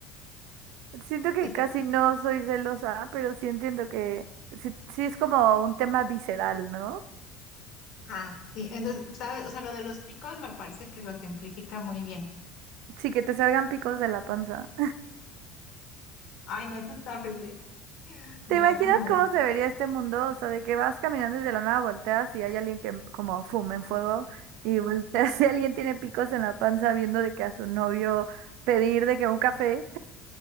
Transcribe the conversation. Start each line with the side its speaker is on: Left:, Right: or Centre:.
Right: Siento que
Left: Et-
Right: casi no soy celosa, pero sí entiendo que sí, sí es como un tema visceral, ¿no?
Left: Ah, sí, entonces, ¿sabes? O sea, lo de los picos me parece que lo ejemplifica muy bien.
Right: Sí, que te salgan picos de la panza.
Left: Ay, no, eso está horrible.
Right: <laughs>
Left: No,
Right: ¿Te imaginas
Left: esa no.
Right: cómo
Left: me-
Right: se vería este mundo? O sea, de que vas caminando y de la nada volteas y hay alguien que como fuma en fuego y volteas <laughs> y alguien tiene picos en la panza viendo de que a su novio pedir de que un café.